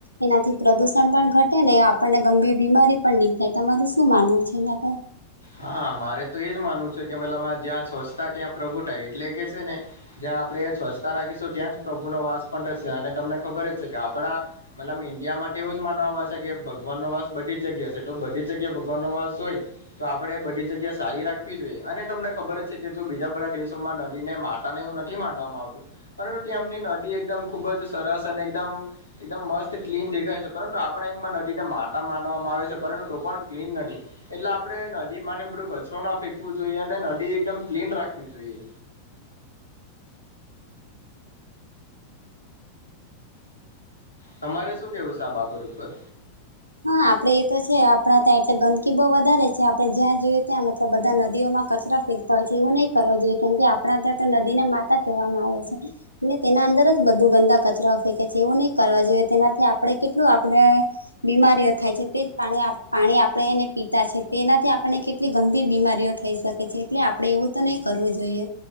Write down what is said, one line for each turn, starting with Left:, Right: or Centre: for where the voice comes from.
Right: એનાથી પ્રદુષણ પણ ઘટે ને આપણને ગંભીર બીમારી પણ નહીં થાય તમારું શું માનવું છે એના
Left: હા મારે તો એજ માનવું છે કે મતલબ જ્યાં સ્વચસ્થ ત્યાં પ્રભુ થાય એટલે કે છે ને જ્યાં આપણે સ્વચ્છતા રાખીશું ત્યાં જ પ્રભુ નો વાસ પણ થશે અને તમને ખબર જ છે કે આપડા મતલબ ઈન્ડિયા માટે એવું જ માનવામાં આવે છે કે ભગવાનનો વાસ બધી જ જગ્યા છે તો બધી જ જગ્યાએ ભગવાન નો વાસ હોય તો આપણે બધી જગ્યા સારી રાખવી જોઈએ અને તમને ખબર જ છે કે જો બીજા બધા દેશોમાં નદી ને મા ને એું નથી માંડવામાં આવતું પરુ તમની નદી એકદમ ખુબ જ સરસ અને એકદમ એકદમ મસ્ત ક્લીન દેખાય છે પરંતુ આપણે એકમાં નદીને માટા માનવામાં આવે છે પરંતુ તો પણ ક્લીન નથી એટલે આપડણે નદી માન બધું કચરો ના ફેંકવું જોઈએ અને નદી એકદમ ક્લીન રાખવી જોઈએ તમારે શું કેવું છે આ બાબત ઉપર
Right: હા આપડે એ તો છે આપણા ત્યાં એટલે ગંદકી બહુ વધારે છે આપડે જ્યાં જોયએ ત્યાં મતલબ બધા નદીઓમાં કચરા તા હોય છે એવું નહીિ કરવાવ જોઈએ કેમ કે આપણા ત્યાં તો નદી ના માતા કહેવામાં આવે છે ને તેના અંદર જ બધું ગંદા કચરા ફેંકે છે એવું નહીિ કરવા જોઈએ તેનાથી આપણે કેટલું આપણે બીમારીઓ થાય છે તે જ પાણી પાણી આપણે એને પીતા છે તેનાથી આપણને કેટલી ગંભીર બીમારીઓ થઈ શકે એટલે આપડણે એવું તો નહી કરવું જોઈએ